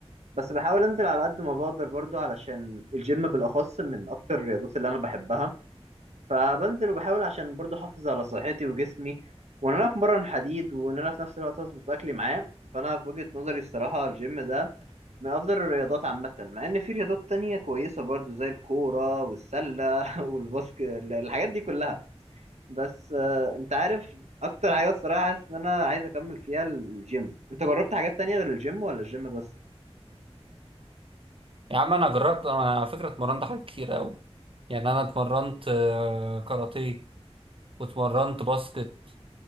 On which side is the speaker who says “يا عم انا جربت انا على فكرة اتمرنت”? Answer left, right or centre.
Right